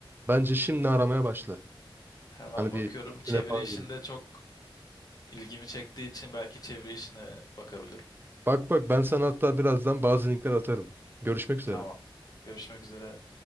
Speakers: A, on the right; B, on the left.
A: bence şimdi aramaya başla.
B: Hemen
A: Hani
B: bakıyorum.
A: bir LinkedIn'e
B: Çeviri
A: falan
B: işinde
A: girip.
B: çok ilgimi çektiği için belki çeviri işine bakabilirim.
A: Bak bak ben sana hatta birazdan bazı linkler atarım. Görüşmek üzere.
B: Tamam. Görüşmek üzere.